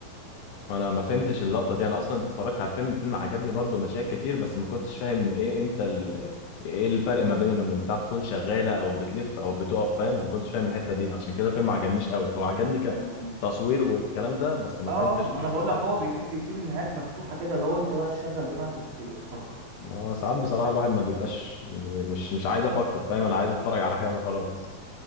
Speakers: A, on the left; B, on the right.
A: انا ما فهمتش اللقطة دي انا اصلا اتفرجت على الفيلم الفيلم عجبني برضو مشاهد كتير بس ما كنتش فاهم ايه امتى ال... ايه الفرق ما بين لما البتاع تكون شغالة او بتلف او بتقف فاهم ما كنتش فاهم الحتة دي عشان كده الفيلم ما عجبنيش قوي هو عجبني
B: م-
A: كتصوير والكلام ده بس ما
B: اه
A: فهمتش
B: آه، ما
A: القصة
B: انا بقول
A: بتاعته
B: لك هو
A: قوي.
B: بيحب يسيب النهايات مفتوحه كده اللي هو انت بقى تشغل دماغك وتفتكر تفكر
A: اه ساعات بصراحة الواحد ما بيبقاش مش مش عايز افكر فاهم انا عايز اتفرج على حاجة خلاص